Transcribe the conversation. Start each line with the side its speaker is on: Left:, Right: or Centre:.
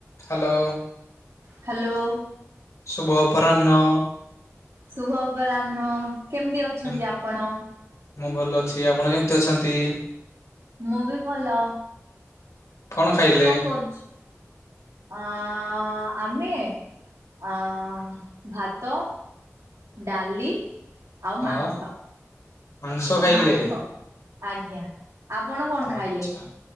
Left: Hello.
Right: Hello.
Left: ଶୁଭ ଅପରାହ୍ନ।
Right: ଶୁଭ ଅପରାହ୍ନ କେମିତି ଅଛନ୍ତି
Left: କେମ
Right: ଆପଣ?
Left: ମୁଁ ଭଲ ଅଛି। ଆପଣ କେମିତି ଅଛନ୍ତି?
Right: ମୁଁ ବି ଭଲ।
Left: କଣ ଖାଇଲେ
Right: କଣ କରୁଛୁ ଆ ଆମେ ଆ ଭାତ ଡାଲି। ଆଉ
Left: ହଁ
Right: ମାଂସ
Left: ମାଂସ ଖାଇଲେ
Right: ମାଂସ ଆଜ୍ଞା। ଆପଣ କଣ ଖାଇଲେ?
Left: ଆଛା